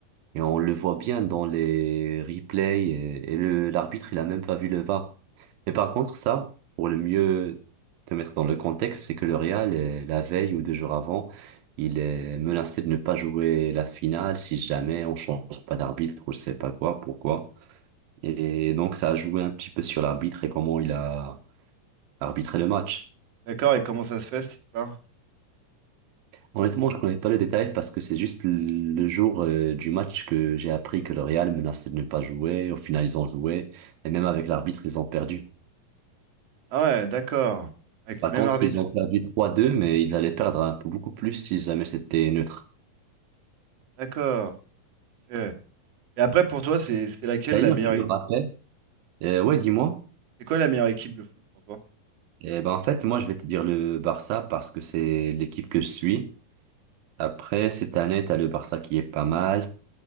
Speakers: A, on the right; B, on the right.
A: Et on le voit bien dans les replays et, et le, l'arbitre, il a même pas vu le VAR. Mais par contre, ça, pour le mieux te mettre dans le contexte, c'est que le Real, euh, la veille ou deux jours avant, il est menacé de ne pas jouer la finale si jamais on change pas d'arbitre ou je sais pas quoi, pourquoi. Et donc, ça a joué un petit peu sur l'arbitre et comment il a arbitré le match.
B: D'accord, et comment ça se fait cette histoire?
A: Honnêtement, je connais pas le détail parce que c'est juste le le jour euh, du match que j'ai appris que le Real menaçait de ne pas jouer. Au final, ils ont joué. Et même avec l'arbitre, ils ont perdu.
B: Ah ouais, d'accord. Avec
A: Par
B: le même
A: contre,
B: arbitre.
A: ils ont perdu 3-2, mais ils allaient perdre un peu beaucoup plus si jamais c'était neutre.
B: D'accord. ok. Et après, pour toi, c'est c'est laquelle
A: D'ailleurs,
B: la meilleure...
A: tu
B: é-
A: me rappelles? Euh, ouais, dis-moi.
B: C'est quoi la meilleure équipe de foot pour toi?
A: Eh ben, en fait, moi, je vais te dire le Barça parce que c'est l'équipe que je suis. Après, cette année, t'as le Barça qui est pas mal.